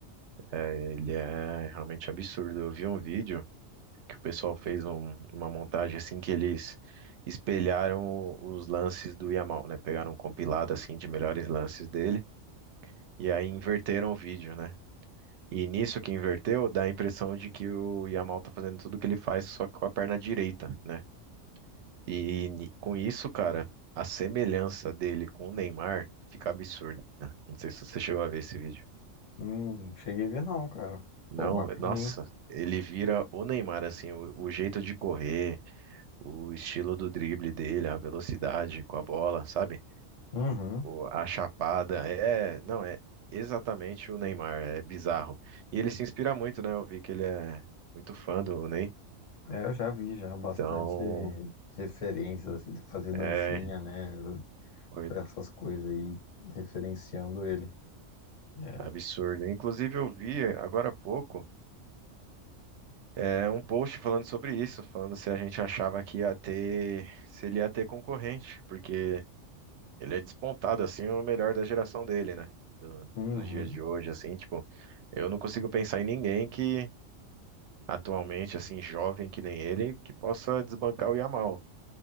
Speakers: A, on the right (about 65°); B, on the left (about 75°).
A: É, ele é realmente absurdo. Eu vi um vídeo. que o pessoal fez um- uma montagem assim que eles espelharam o- os lances do Yamal, né? Pegaram um compilado assim de melhores lances dele e aí inverteram o vídeo, né? E nisso que inverteu, dá a impressão de que o Yamal tá fazendo tudo que ele faz só que com a perna direita, né? E, ni- com isso, cara, a semelhança dele com o Neymar fica absurda. né? Não sei se você chegou a ver esse vídeo.
B: Hum, cheguei a ver não, cara.
A: Não,
B: Pô, bacana,
A: nossa,
B: hein?
A: ele vira o Neymar, assim, o o jeito de correr, o estilo do drible dele, a velocidade com a bola, sabe?
B: Uhum.
A: O- a chapada, é, não, é exatamente o Neymar, é bizarro. E ele se inspira muito, né? Eu vi que ele é muito fã do Ney,
B: É, eu já vi já bastante
A: então
B: referências, assim, de fazer dancinha,
A: é
B: né?
A: foi
B: Pra Essas coisas aí, referenciando ele. É.
A: absurdo. Inclusive eu vi agora há pouco é, um post falando sobre isso, falando se a gente achava que ia ter, se ele ia ter concorrente, porque Ele é despontado, assim, o melhor da geração dele, né? Do-
B: Uhum.
A: dos dias de hoje, assim, tipo, eu não consigo pensar em ninguém que atualmente, assim, jovem que nem ele, que possa desbancar o Yamal.